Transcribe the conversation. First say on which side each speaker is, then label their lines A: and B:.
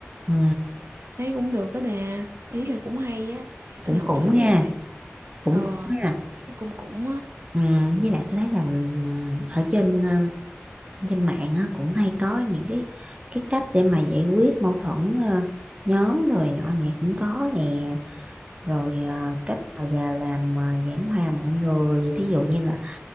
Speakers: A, on the right; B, on the right.
A: Ừ,
B: thấy cũng được đó bà. Ý là cũng hay á. Để
A: cũng
B: tôi học
A: cũng
B: thử
A: ha,
B: xem sao.
A: cũng
B: Ờ,
A: cũng ha.
B: thấy cũng cũng á.
A: Ừ, với lại tôi thấy là ừ, ở trên trên mạng á, cũng hay có những cái cái cách để mà giải quyết mâu thuẫn ờ, nhóm rồi nọ nè cũng có nè rồi ờ, cách mà già làm mà giảng hòa mọi người thí dụ như là